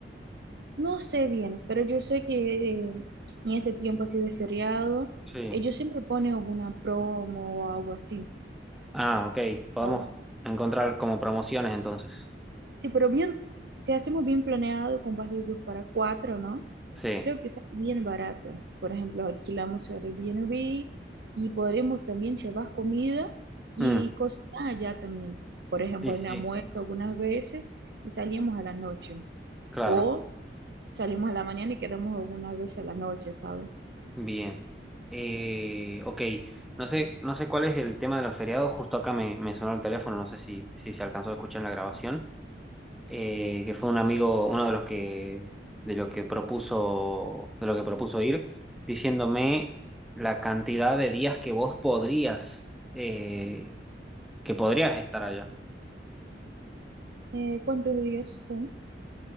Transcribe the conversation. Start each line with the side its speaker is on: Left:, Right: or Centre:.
Right: No sé bien, pero yo sé que eh, en este tiempo así de feriado,
Centre: Sí.
Right: ellos siempre ponen alguna promo o algo así,
Centre: Ah, ok. Podemos
Right: ¿sabes?
Centre: encontrar como promociones entonces.
Right: Sí, pero bien, si hacemos bien planeado con partidos para cuatro, ¿no?
Centre: Sí.
Right: Creo que es bien barato. Por ejemplo, alquilamos Airbnb y podremos también llevar comida y
Centre: Mm,
Right: cocinar allá también. Por ejemplo,
Centre: Sí,
Right: en
Centre: sí,
Right: almuerzo algunas veces y salimos a la noche.
Centre: claro.
Right: O salimos a la mañana y quedamos algunas veces a la noche, ¿sabes?
Centre: Bien. Eh, ok, no sé, no sé cuál es el tema de los feriados, justo acá me, me sonó el teléfono, no sé si, si se alcanzó a escuchar en la grabación, eh, que fue un amigo, uno de los que, de lo que propuso, de lo que propuso ir, diciéndome la cantidad de días que vos podrías, eh, que podrías estar allá.
Right: Eh, ¿cuántos días son?